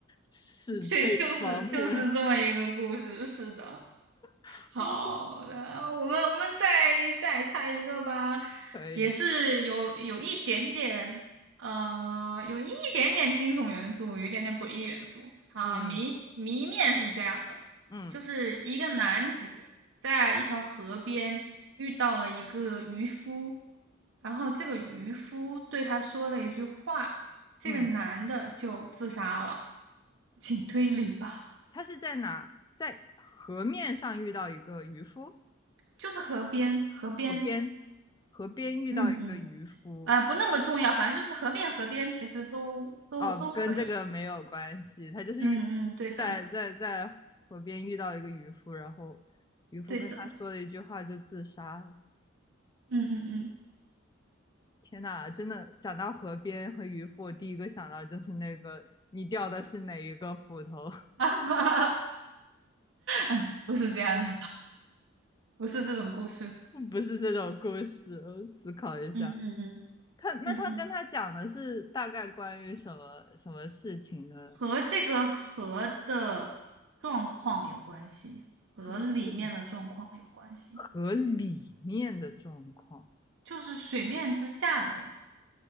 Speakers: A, on the left (about 20°); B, on the right (about 65°).
A: 是这一方面。
B: 这就是就是这么一个故事，是的。
A: <laughs>
B: 好的，
A: 好的，
B: 我们我们再再猜一个吧，
A: 可以，
B: 也是有有一点点，呃，有一点点惊悚元素，有一点点诡异元素啊。
A: 嗯
B: 谜谜面是这样的，
A: 嗯
B: 就是一个男子在一条河边遇到了一个渔夫，然后这个渔夫对他说了一句话，这个男的就自杀了，
A: 嗯，
B: 请推理吧。
A: 他是在哪？在河面上遇到一个渔夫，
B: 就是河边，河边，
A: 河边，河边遇到一个渔夫，
B: 嗯嗯。啊、不那么重要，反正就是河边河边其实都都都可以。
A: 哦，跟这个没有关系，他就是遇在在在河边遇到一个渔夫，
B: 嗯嗯，对的
A: 然后渔夫跟他说了一句话就自杀了。
B: 对的，嗯嗯嗯，
A: 天呐，真的讲到河边和渔夫，我第一个想到就是那个你掉的是哪一个斧头，
B: <laughs> 嗯不是这样的，不是这种故事。
A: <laughs> 不是这种故事。我思考一下，
B: 嗯嗯嗯
A: 他那他跟他讲的是大概关于什么什么事情呢？
B: 嗯嗯，和这个河的状况有关系，和里面的状况有关系，
A: 可能这个河里面的状况。
B: 就是水面之下的状况。